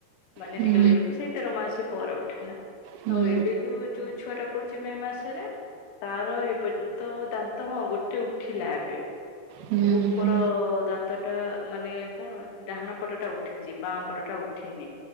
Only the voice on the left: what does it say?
ମାନେ
ଟିକେ ଲେଟ ସେଇ ତେର ମାସ ପରେ ଉଠିଲା।
ଆଉ ଏବେ ଯୋଉ ଯୋଉ ଛୁଆ ଟା କହୁଛି ମେ ମାସ ରେ ତାର ଏପର୍ଯ୍ୟନ୍ତ ଦାନ୍ତ ହଁ ଗୋଟେ ଉଠିଲା ଏବେ।
ଉପର-ଅ-ଅ-ଅ
ଦାନ୍ତ ଟା ମାନେ କଣ ଡାହାଣ ପଟଟା ଉଠିଛି ବାଁ ପଟ ଟା ଉଠିନି।